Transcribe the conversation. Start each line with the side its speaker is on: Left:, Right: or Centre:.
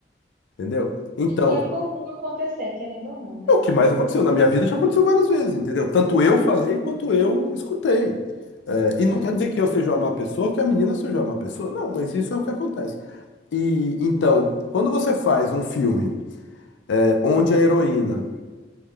Left: Entendeu? Então,
Right: E que é comum acontecer, querendo ou não, né?
Left: é o que mais aconteceu. Na minha vida já aconteceu várias vezes, entendeu? Tanto eu falei quanto eu escutei. É, e não
Right: Uhum.
Left: quer dizer que eu seja uma má pessoa, que a menina seja uma má pessoa. Não, mas isso é o que acontece. E então, quando você faz um filme é, onde a heroína